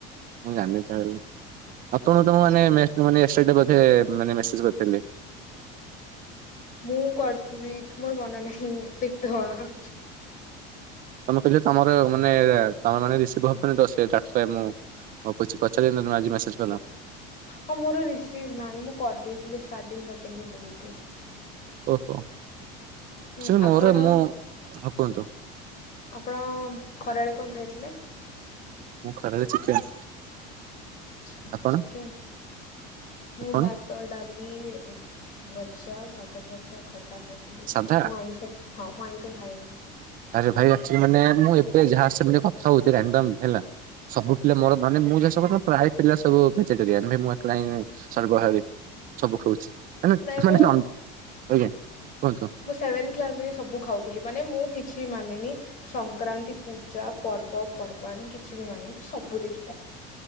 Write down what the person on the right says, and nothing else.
ମୁଁ ଜାଣିନି ଚା ଆପଣଙ୍କୁ ତ ମୁଁ ମାନେ <unintelligible> ମେସେଜ କରିଥିଲି।
ତମେ କହିଲେ ତମର ମାନେ ତମର ମାନେ ରିସିଭ ହବନି ତ ସେଟା ମୁଁ କିଛି ପଚାରିଲି ତମେ ଆଜି ମେସେଜ କଲ।
ଓହୋ
ଆଚ୍ୟୁଲି
ମୋର ମୁଁ ହ କୁହନ୍ତୁ?
ମୁଁ ଖରାବେଳେ ଚିକେନ।
ଆପଣ
ଆପଣ
ସାଧା
ଆରେ ଭାଇ ଆଚ୍ୟୁଲି ମାନେ ମୁଁ ଏବେ ଯାହା ସାଙ୍ଗେ କଥା ହଉଥିଲି <unintelligible> ହେଲା। ସବୁ ପିଲା ମୋର ମାନେ ମୁଁବ ପ୍ରାୟ ପିଲା ସବୁ ଭେଜିଟେରରିଆନ୍। ଭାଇ ମୁଁ ଏକଲା ହିଁ ସର୍ବହାରୀ। ସବୁ ଖାଉଛି ମାନେ
- ଆଜ୍ଞା କୁହନ୍ତୁ?